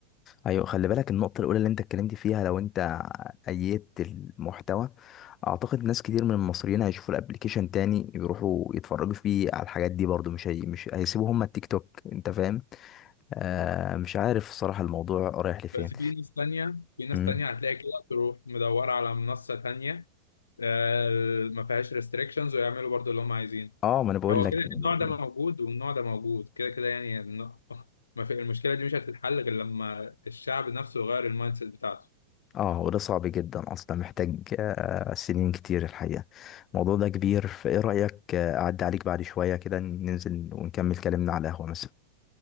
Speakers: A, on the left; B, on the left.
A: ايوه خلي بالك النقطة الأولى اللي أنت اتكلمت فيها لو أنت أيدت المحتوى أعتقد ناس كتير من المصريين هيشوفوا الأبليكيشن تاني يروحوا يتفرجوا فيه على الحاجات دي برضو مش هي مش هيسيبوا هما التيك توك أنت فاهم؟ آه مش عارف الصراحة الموضوع رايح لفين
B: بس في ناس تانية في ناس
A: مم.
B: تانية هتلاقي كده تروح مدورة على منصة تانية آه، ما فيهاش ريستريكشنز ويعملوا برضو اللي هم عايزين
A: اه ما أنا بقول
B: هو
A: لك
B: كده
A: النقطة
B: النوع ده
A: دي.
B: موجود والنوع ده موجود كده كده يعني الن- ما في المشكلة دي مش هتتحل غير لما الشعب نفسه يغير المايند سيت بتاعته
A: اه وده صعب جدا أصلا محتاج آه سنين كتير الحقيقة الموضوع ده كبير فإيه رأيك آه، أعدي عليك بعد شوية كده ننزل ونكمل كلامنا على القهوة مثلا